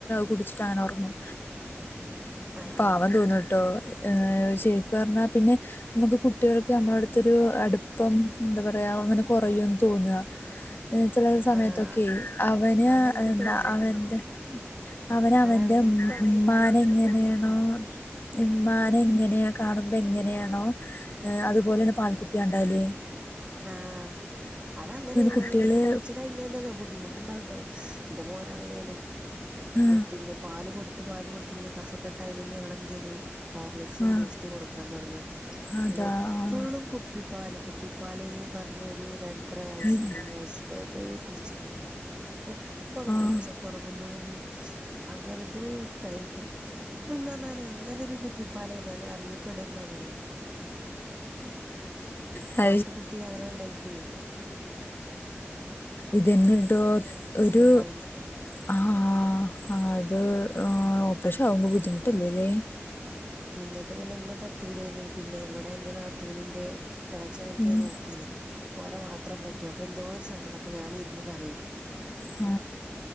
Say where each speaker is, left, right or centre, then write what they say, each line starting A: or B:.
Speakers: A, on the left; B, on the right.
A: കുടിച്ചിട്ടങ്ങന ഒറങ്ങും
B: ആഹ്
A: പാവം
B: ആഹ്
A: തോന്നുട്ടോ ആ ശരിക് പറഞ്ഞാ പിന്നെ നമുക്ക് കുട്ടികൾക്ക് നമ്മളടുത്തൊരു അടുപ്പം എന്താ പറയാ <unintelligible> അങ്ങനെ കുറയൂന്ന് തോന്ന ചെല സമയത്തൊക്കെ
B: ആഹ്
A: അവന്
B: അങ്ങനെയൊക്കെ
A: എന്താ
B: തോന്നും
A: അവന്റെ
B: നമുക്ക്
A: അവന് അവൻറെ
B: അതാണ് എനിക്കും അങ്ങനെ
A: ഉമ്മാനെ
B: പലയായിട്ടും
A: എങ്ങനെയാണോ
B: തോന്നിയിട്ടുണ്ട്
A: മ്മാനെ എങ്ങനെയ കാണുമ്പൊ എങ്ങനെയാണോ? അതുപോലൊരു പാൽക്കുപ്പിയ <unintelligible>
B: ആ അതങ്ങനേണ്
A: കുട്ടികള്
B: പിന്നെ കൊറച്ച് കഴിഞ്ഞ ന്താന്നോ ബുദ്ധിമുട്ടിണ്ടാവുട്ടോ. ന്റെ മോനങ്ങനേന്നു
A: ആ
B: പിന്നെ പാല് കൊടുത്ത് പാല് കൊടുത്തു പിന്നെ കഫക്കെട്ടായി പിന്നെ ഞങ്ങളെ ന്തെയ് തു ഹോർലിക്സും
A: ആ
B: ബൂസ്റ്റും കൊടുക്കാൻ തുടങ്ങി
A: അതാ
B: എപ്പളും
A: ആ.
B: കുപ്പി പാല് പാലേ പറഞ്ഞ് ഒരു രണ്ടര വയസ്സ്
A: ഈ-
B: മൂന്ന് വയസ്സസ് വരെ കുടിച്ചി എപ്പളും ഉച്ചക്കുറങ്ങുമ്പളും
A: ആ
B: അങ്ങനെ ഫുൾ ടൈം ഫോ നാലും അങ്ങനൊരു കുപ്പിപ്പാല <unintelligible> അറിയപ്പെടന്നെ എങ്ങനെ.
A: ആ
B: മുത്തകുട്ടി അങ്ങനെ ഇണ്ടായിട്ടേ
A: ഇതെന്നട്ടോ ഒരു
B: ഉണ്ടായി
A: ആ അതെ ആ ഓപ്പറേഷൻ ബുദ്ധിമുട്ടില്ലല്ലേ?
B: ന്നിട്ട് പിന്നെ ന്നെ പറ്റൂലേന്നന്നു പിന്നെ ഇവിടെ എറെ നാത്തൂനീണ്ട് ഇളച്ചനൊക്കെ
A: ഉം
B: നോക്കിന്നത് ഓരെ മാത്രം പറ്റൂ അപ്പൊ എന്തോ ഒരു സങ്കടം അപ്പൊ ഞാനിരുന്ന് കരയും.
A: ആ